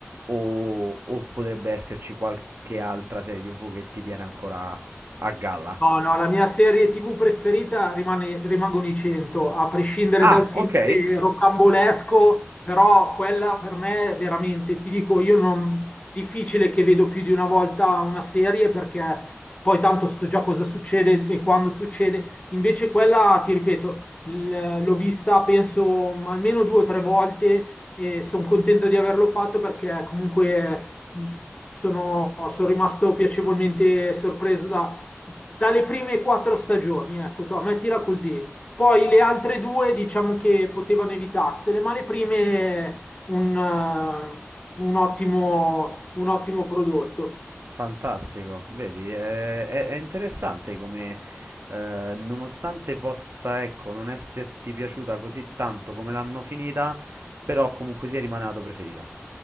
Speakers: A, on the right (about 60°); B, on the left (about 25°).
A: o, o potrebbe esserci qualche altra serie TV che ti tiene ancora a galla?
B: No, no, la mia serie TV preferita rimane- rimangono i 100, a prescindere
A: Ah,
B: dal finale
A: ok.
B: rocambolesco, però quella per me veramente, ti dico, io non... difficile che vedo più di una volta una serie perché poi tanto so già cosa succede e quando succede. Invece quella, ti ripeto, l- l'ho vista penso almeno due o tre volte e sono contento di averlo fatto perché comunque mh, sono sono rimasto piacevolmente sorpreso dalle prime quattro stagioni, ecco, to, mettila così. Poi le altre due diciamo che potevano evitarsele, ma le prime un, eh, un ottimo, un ottimo prodotto.
A: Fantastico, vedi, è, è- è interessante come, eh, nonostante possa, ecco, non esserti piaciuta così tanto come l'hanno finita, però comunque sia rimane la tua preferita.